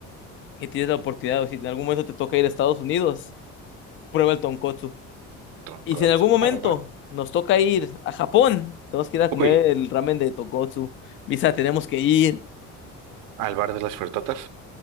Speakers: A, on the left; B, on the right.
A: que tienes la oportunidad, o si en algún momento te toca ir a Estados Unidos, prueba el tonkotsu.
B: Tonkotsu,
A: Y si en algún momento
B: va, va, va.
A: nos toca ir a Japón, tenemos que ir a comer
B: Uy,
A: el ramen de tonkotsu. Misa, tenemos que ir
B: al bar de las fertotas.